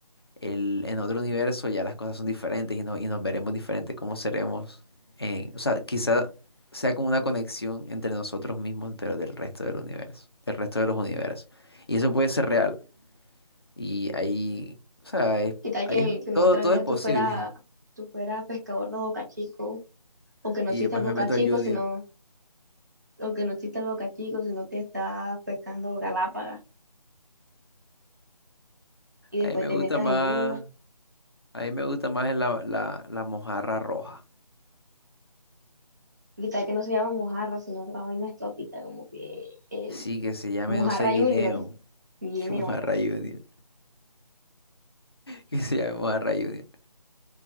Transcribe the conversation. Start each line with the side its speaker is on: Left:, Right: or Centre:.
Left: el, en otro universo ya las cosas son diferentes y, no- y nos veremos diferentes, cómo seremos. en- o sea, quizá sea como una conexión entre nosotros mismos, pero del resto del universo, del resto de los universos. Y eso puede ser real. Y ahí, o sea, es-
Right: ¿Qué tal
Left: ahí
Right: que,
Left: es-
Right: que en
Left: todo,
Right: otra
Left: todo
Right: vida
Left: es posible.
Right: tú fueras
Left: <laughs>
Right: tú fueras pescador de Boca Chico? O que no
Left: Y
Right: existe
Left: después
Right: el Boca
Left: me meto
Right: Chico,
Left: al Junior.
Right: sino, o que no existe el Boca Chico, sino que estás pescando Galápagos y después
Left: A mí me
Right: te
Left: gusta
Right: metes
Left: más,
Right: al Junior.
Left: a mí me gusta más la, la, la mojarra roja.
Right: ¿Qué tal que no se llama mojarra, sino otra vaina exótica, como que el
Left: Sí, que se llame,
Right: mojarra
Left: no sé, guineo.
Right: Junior
Left: <laughs>
Right: viene
Left: Qué mojarra
Right: ojo.
Left: Junior. que se llame Mojarra Junior.